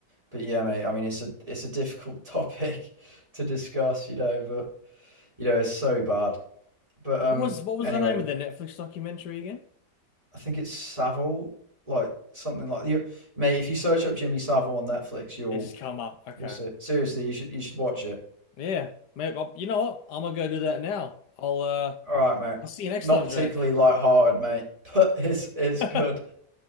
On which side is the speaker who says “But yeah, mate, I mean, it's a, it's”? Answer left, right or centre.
Right